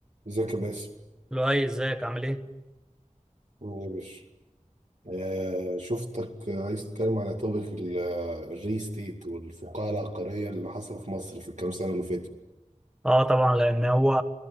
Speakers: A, on the right; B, in the centre.
A: ازيك يا باسم
B: لؤي ازيك عامل ايه؟
A: عامل ايه يا باشا آه شفتك آه، عايز تتكلم على توبيك الري ستيت والفقاعة العقارية اللي حصل في مصر في الكام سنة اللي فاتوا
B: اه طبعا لان هو